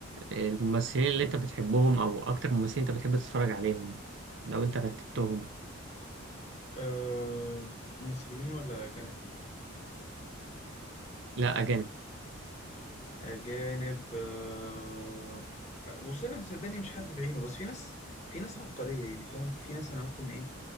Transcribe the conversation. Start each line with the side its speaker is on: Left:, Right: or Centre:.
Right: الممثلين اللي انت بتحبهم او اكتر ممثلين انت بتحب تتفرج عليهم لو انت رتبتهم
Left: آه مصريين ولا جانب
Right: لا اجانب
Left: اجانب آه وصلنا صدقني مش حد بعينه بس في ناس في ناس عبقرية يعني فاهم في ناس انا ممكن ايه